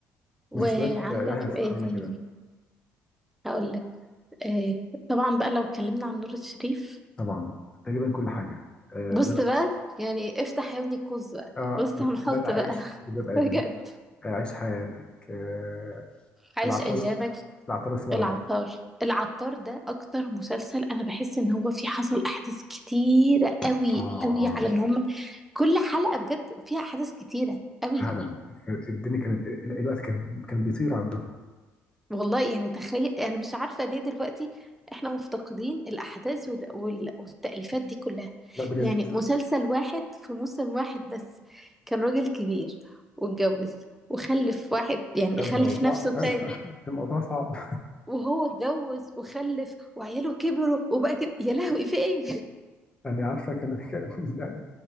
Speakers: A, in the centre; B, on the left.
A: وعندك
B: مسلسلات آه، يحيى فخراني
A: ايه كمان
B: كده
A: هقول لك إيه. طبعا بقى لو اتكلمنا عن نور الشريف
B: طبعا تقريبا كل حاجه آه
A: بص
B: لا لا
A: بقى يعني افتح يا ابني القوس بقى
B: اه
A: بص
B: لا
A: هنحط
B: انا عايش
A: بقى
B: ببقى
A: <laughs> بجد
B: بيه عيش حياتك آه عايش
A: عايش
B: العطار
A: ايامك
B: عايش العطار والسبع
A: العطار
B: بنات
A: العطار ده اكتر مسلسل انا بحس ان هو فيه حصل احداث كتيره قوي
B: قوي اه
A: قوي
B: قوي
A: على
B: اه قوي
A: ان هم كل حلقه بجد فيها احداث كتيره قوي
B: فعلا أمين. الدنيا كانت ال- الوقت كان كان بيطير عندهم
A: والله يعني تخيل انا مش عارفه ليه دلوقتي احنا مفتقدين الاحداث والد- وال- والتأليفات دي كلها
B: لا بجد
A: يعني مسلسل واحد في موسم واحد بس كان راجل كبير واتجوز وخلف واحد يعني
B: يعني
A: خلف
B: الموضوع
A: نفسه
B: <laughs> <laughs>
A: تاني
B: ذكريات الموضوع صعب
A: وهو اتجوز وخلف وعياله كبروا وبقى كده يا لهوي في ايه
B: يعني عارفه كان كان- يعني